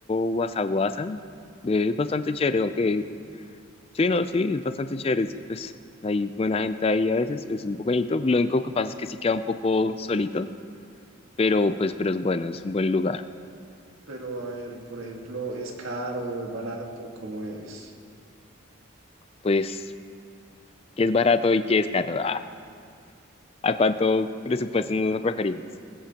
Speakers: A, on the left; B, on the right.
A: guasa guasa, eh, es bastante chévere, aunque sí, no, sí, es bastante chévere, es, pues hay buena gente ahí a veces, es un poco bonito, lo único que pasa es que sí queda un poco solito pero pues, pero es bueno, es un buen lugar.
B: Pero a ver, por ejemplo, ¿es caro, es barato? ¿Cómo es?
A: Pues, ¿qué es barato y qué es caro? Ah, ¿A cuánto presupuesto nos referimos?